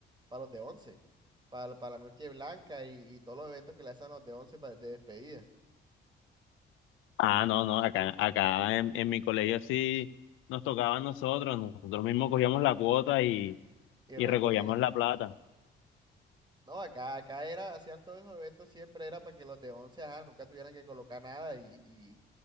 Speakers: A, on the right; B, on the left.
A: los de once, para, para la Noche Blanca y, y todos los eventos que le hacen a los de once para, de despedida.
B: Ah, no, no, acá, acá en, en mi colegio sí nos tocaba a nosotros, nosotros mismos cogíamos la cuota y,
A: Y
B: y
A: recogían.
B: recogíamos la plata.
A: No, acá, acá era, hacían todos esos eventos, siempre era para que los de once, ajá, nunca tuvieran que colocar nada y, y,